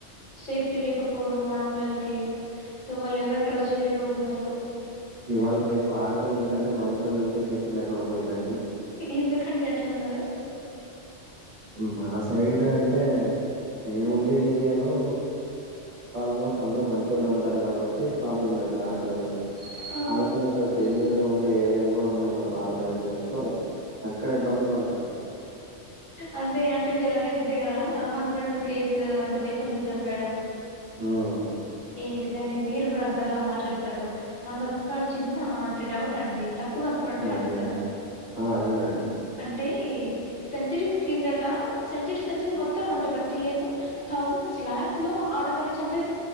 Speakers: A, on the left; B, on the right.
A: సేఫ్టీ లేకపోవడం ఆడపిల్లలకి ఇవాళ ఎవ్వల్ని ట్రస్ట్ చేయలేం పోతున్నారు
B: ఇవాళ రేపు ఆడపిల్లల కంటే మగ పిల్లలకే సేఫ్టీ లేకుండా పోయింది అండి
A: ఎందుకండి అట్లాన్నారు
B: మన సైడ్ అంటే మేము ఉండే ఏరియాలో ఆల్మోస్ట్ అందరు మంచోళ్ళే ఉంటారు కాబట్టి ప్రాబ్లం లేదు ఆడపిల్లలు
A: ఆ
B: ఆడపిల్లల తోటి డేంజర్ గా ఉండే ఏరియాలు కూడా ఉన్నాయి మన భారతదేశంలో సో అక్కడ ఇబ్బందులు పడతారు
A: అదే అంటే మీరు అనేది ఇద్దే కదా హస్బెండ్ కేసు అంటే వైఫ్ హస్బెండ్ చంపేయడం
B: ఉను
A: ఎంటిదండీ మీరు కూడా అందరిలా మాట్లాడతారు నాది ఒక్క చిన్న అంటే డౌట్ అండి తప్పుగా అనుకోనంటే
B: మరి
A: అడుగుతాను
B: నేను ఆ అడగండండి
A: అంటే సెంచరీస్ కిందట సెంచరీ సెంచరీ మొత్తం అంటే ప్రతి ఇయర్ లో థౌసండ్స్ లాక్స్ లో ఆడవాళ్ళని చంపేస్తూ